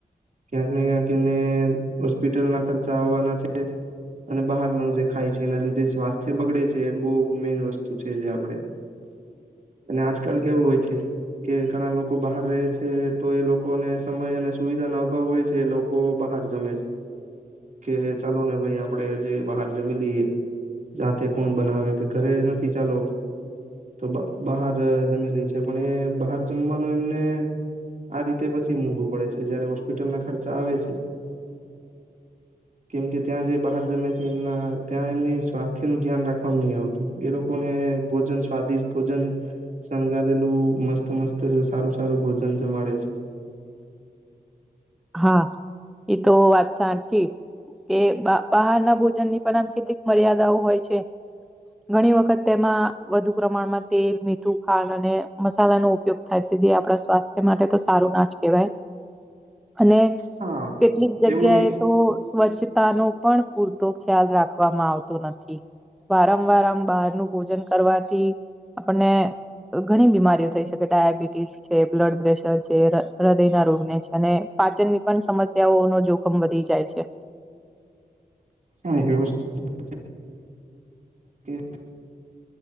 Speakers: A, on the right; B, in the centre.
A: ક્યાંક ને ક્યાંક એને હોસ્પિટલના ખર્ચા આવવાના છે. અને બહારનું જે ખાય છે એના લીધે સ્વાસ્થ્ય બગડે છે. એ બહુ મેઈન વસ્તુ છે જે આપડે અને આજકાલ કેવું હોય છે. કે ઘણા લોકો બહાર રહે છે તો એ લોકોને સમય અને સુવિધાના અભાવ હોય છે. એ લોકો બહાર જમે છે, કે ચાલો ને ભાઈ આપડે આજે બહાર જમી લઈએ. જાતે કોણ બનાવે કે ઘરે નથી ચાલો. તો બ બહાર જમી લે છે પણ એ બહાર જમવાનું એમને આ રીતે પછી મોંઘું પડે છે, જયારે હોસ્પિટલના ખર્ચા આવે છે. કેમ કે ત્યાં જે બહાર જમે છે એમનાં ત્યાં એમની સ્વાસ્થ્યનું ધ્યાન રાખવામા નહીં આવતું. એ લોકોને ભોજન સ્વાદિષ્ટ ભોજન શણગાવેલું મસ્ત મસ્ત ને સારું સારું ભોજન જમાડે છે.
B: હા, એ તો વાત સાચી. એ બહારના ભોજનની પણ આમ કેટલીક મર્યાદાઓ હોય છે. ઘણી વખત તેમાં વધુ પ્રમાણમાં તેલ, મીઠું, ખાંડ અને મસાલાનો ઉપયોગ આજ હુધી આપણા સ્વાસ્થ્ય માટે તો સારું ના જ કહેવાય અને
A: હા
B: કેટલીક જગ્યાએ
A: એવું નહી
B: તો સ્વચ્છતાનો પણ પૂરતો ખ્યાલ રાખવામાં આવતો નથી. વારંવાર આમ બહારનું ભોજન કરવાથી આપણને ઘણી બીમારીઓ થઈ શકે ડાયાબિટીસ છે, બ્લડ પ્રેશર છે. કે રદયના રોગને છે અને પાચનની પણ સમસ્યાઓનનો જોખમ વધી જાય છે.
A: હા, વ્યવસ્થિત <inaudible>